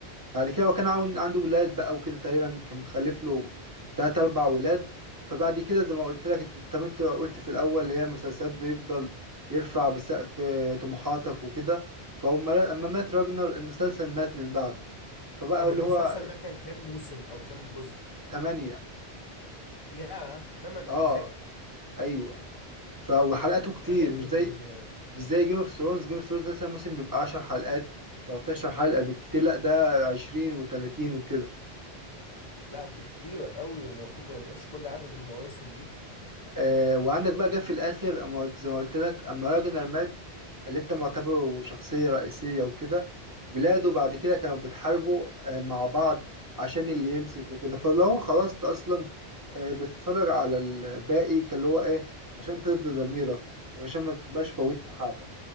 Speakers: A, on the right; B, on the left.
A: بعد كده هو كان عاون- عنده ولاد بقى وكده تقريبا كان مخلف له تلات أربع ولاد فبعد كده زي ما قلت لك انت- طب انت قلت في الأول اللي هي المسلسلات بيفضل يرفع بسقف طموحاتك وكده فهم أما مات راجنر المسلسل مات من بعده فبقى
B: طب
A: اللي
B: المسلسل
A: هو
B: ده كان كام موسم او كام جزء
A: تمانية
B: ياه تمن
A: اه
B: اجزاء
A: أيوه ف- وحلقاته كتير
B: ما لازم
A: مش زي
B: ي...
A: مش زي جيم اوف ثرونز جيم اوف ثرونز مثلا موسم بيبقى 10 حلقات 13 حلقة بالكتير لا ده 20 و30 وكده
B: لا كتير قوي ومفروض ما يبقاش كل عدد المواسم دي
A: آه وعندك بقى جه في الاخر اما قلت زي ما قلت لك اما راجنر مات اللي انت معتبره شخصيه رئيسيه وكده ولاده بعد كده كانوا بيتحاربوا آه مع بعض عشان اللي يمسك وكده فاللي هو خلاص انت اصلا آه بتتفرج على الباقي كان اللي هو ايه عشان ترضي ضميرك وعشان ما تبقاش فوتت حاجه